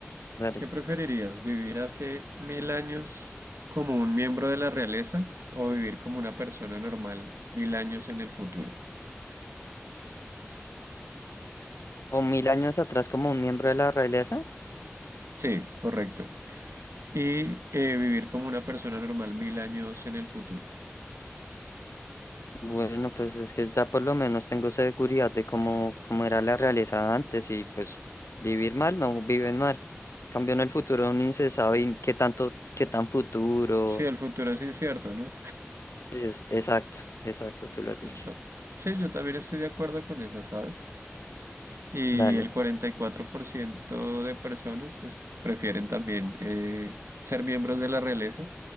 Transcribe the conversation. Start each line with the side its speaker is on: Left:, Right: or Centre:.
Left: Dale.
Right: ¿Qué preferirías, vivir hace mil años como un miembro de la realeza o vivir como una persona normal mil años en el futuro?
Left: O mil años atrás como un miembro de la realeza.
Right: Sí, correcto. Y eh, vivir como una persona normal mil años en el futuro.
Left: Bueno, pues es que ya por lo menos tengo seguridad de cómo, cómo era la realeza antes y pues vivir mal, no viven mal. Cambio en el futuro, ni se sabe y qué tanto, qué tan futuro.
Right: Sí, el futuro es incierto, ¿no?
Left: Sí, es exacto, exacto, tú lo has
Right: Entonces,
Left: dicho.
Right: sí, yo también estoy de acuerdo con esa, ¿sabes? Y
Left: Dale.
Right: el 44% de personas es- prefieren también eh, ser miembros de la realeza